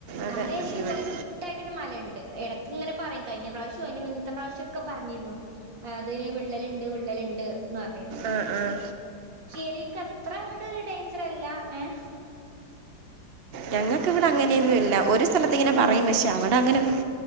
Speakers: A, on the right; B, on the right.
A: അതെ
B: നമ്മളെ ഏര്യേല്
A: ഇവിടെ
B: കൊറച്ച് വിട്ടായിട്ടൊരു മല ഇൺ ണ്ട്. എടക്ക് ഇങ്ങനെ പറയും, കഴിഞ്ഞ പ്രാവശ്യൊ അതിന്റെ മുന്നത്തെ പ്രാവശ്യൊക്കെ പറഞ്ഞിരുന്നു. അതിന് വിള്ളല്ണ്ട് വിള്ളല്ണ്ട് എന്ന് പറഞ്ഞിരു
A: ആഹ് ആഹ്.
B: ശരീക്കത്ര അങ്ങട്ടൊരു ഡേഞ്ചറല്ല ഏഹ്
A: ഞങ്ങക്കിവിടെ അങ്ങനെയൊന്നു ഇല്ല. ഒരു സ്ഥലത്ത് ഇങ്ങനെ
B: അങ്ങനെയൊന്നുമില്ല
A: പറയും പക്ഷേ അവിടെ അങ്ങനൊന്നും